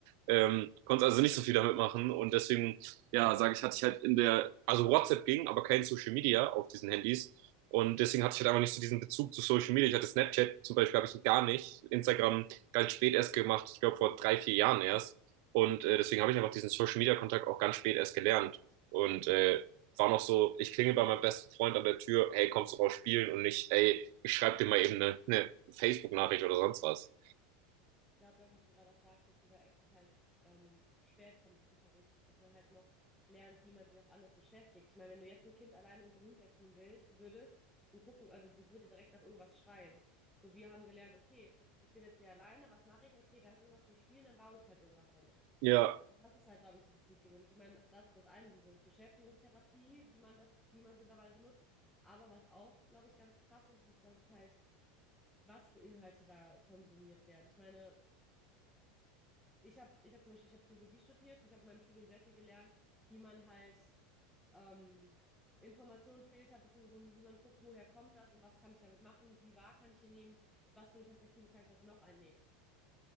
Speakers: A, on the right; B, in the centre.
A: Ähm, konntest also nicht so viel damit machen und deswegen, ja, sage ich, hatte ich halt in der, also WhatsApp ging, aber kein Social Media auf diesen Handys und deswegen hatte ich halt einfach nicht so diesen Bezug zu Social Media. Ich hatte Snapchat zum Beispiel, habe ich gar nicht, Instagram ganz spät erst gemacht, ich glaube vor drei, vier Jahren erst und
B: Ja.
A: äh, deswegen habe ich einfach diesen Social Media Kontakt auch ganz spät erst gelernt. Und äh, war noch so, ich klingel bei meinem besten Freund an der Tür, hey, kommst du raus spielen? Und nicht, ey, ich schreibe dir mal eben eine, eine Facebook-Nachricht oder sonst was.
B: ich glaube, das, was du gerade auch sagst, dass dieser Access halt ähm, spät kommt, ist super wichtig, dass man halt noch lernt, wie man sich auch anders beschäftigt. Ich meine, wenn du jetzt ein Kind alleine irgendwo hinsetzen will, würdest und gucken, also das würde direkt nach irgendwas schreien. So, wir haben gelernt, okay, ich bin jetzt hier alleine, was mache ich? Okay, da ist irgendwas zum Spielen, dann baue ich halt irgendwas damit.
A: Ja,
B: Das ist halt, glaube ich, dieses Wichtige. Und ich meine, das, das eine, diese Beschäftigungstherapie, die man das, wie man es mittlerweile benutzt. Aber was auch, glaube ich, ganz krass ist, ist, dass es halt, was für Inhalte da konsumiert werden. Ich meine, ich habe ich hab zum Beispiel, ich habe Psychologie studiert und ich habe in meinem Studium sehr viel gelernt, wie man halt ähm, Informationen filtert, beziehungsweise wie man guckt, woher kommt das und was kann ich damit machen, wie wahr kann ich hier nehmen, was für eine Perspektive kann ich dazu noch einnehmen.